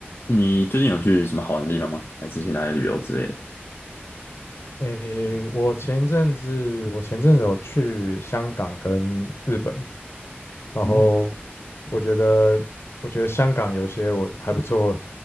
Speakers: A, on the left; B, on the left.
A: 你最近有去什么好玩的地方吗？还是去哪里旅游之类的？
B: 诶，我前阵子我前阵子有去香港跟日本，然后
A: 嗯，
B: 我觉得我觉得香港有些我还不错